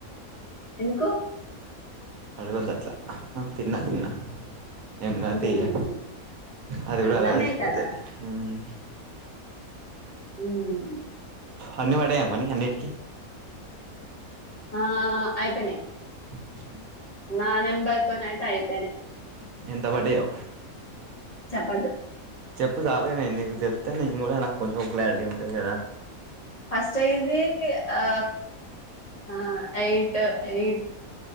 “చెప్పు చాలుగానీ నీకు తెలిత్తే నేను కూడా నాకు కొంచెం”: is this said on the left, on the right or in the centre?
Right